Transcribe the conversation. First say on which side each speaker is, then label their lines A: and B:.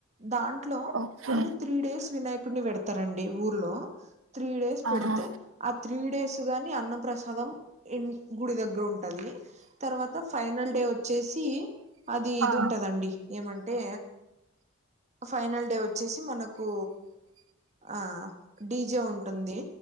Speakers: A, on the right (about 35°); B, on the right (about 65°).
A: దాంట్లో
B: ఓకే
A: వాళ్ళు త్రీ డేస్ వినాయకుడ్నీ పెడతరండి ఊర్లో త్రీ డేస్
B: ఆహా
A: పెడితే ఆ త్రీ డేస్ గాని అన్న ప్రసాదం ఇన్ గుడి దగ్గరుంటున్ టది తర్వాత ఫైనల్ డే వచ్చేసి అది ఇది
B: ఆ
A: ఉంటదండి ఏమంటే ఫైనల్ డే వచ్చేసి మనకు ఆ డీజే ఉంట్ టుంది